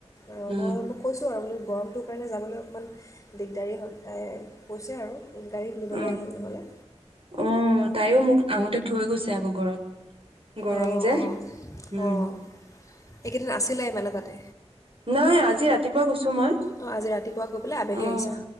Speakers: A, on the left; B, on the right.
A: অ',
B: উম
A: মই মই কৈছো আৰু বোলো গৰমটোৰ কাৰণে যাবলৈ অকণমান দিগদাৰী হয়, তাই কৈছে আৰু। গাড়ীত নিবলৈ
B: অ
A: আহিম নহ'লে।
B: অ তাইও মোক আহোতে থৈ গৈছে আকৌ ঘৰত। গৰম
A: অঁ
B: যে,
A: অঁ
B: উম।
A: অঁ এইকেইদিন আছিলে মানে তাতে।
B: নাই আজি ৰাতিপুৱা গৈছো মই।
A: অঁ আজি ৰাতিপুৱা গৈ পেলাই আবেলি
B: অ',
A: আহিছা